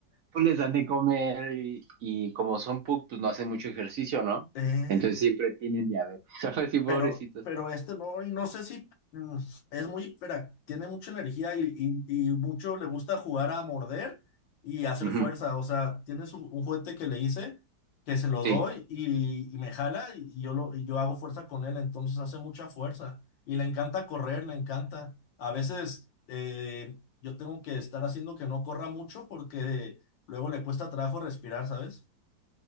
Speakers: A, on the right (about 60°); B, on the left (about 85°).
A: pues les dan de comer y, y como son pubs, pues no hacen mucho ejercicio, ¿no?
B: Eh,
A: Entonces siempre tienen diabetes, <laughs> algo así, pobrecitos.
B: Pero, pero este no, y no sé si mm, es muy, hipera- tiene mucha energía y, y- y mucho le gusta jugar a morder y hacer
A: Ujú.
B: fuerza. O sea, tienes un, un juguete que le hice, que se lo doy
A: Sí,
B: y, y me jala y yo, lo, y yo hago fuerza con él, entonces hace mucha fuerza. Y le encanta correr, le encanta. A veces eh, yo tengo que estar haciendo que no corra mucho porque luego le cuesta trabajo respirar, ¿sabes?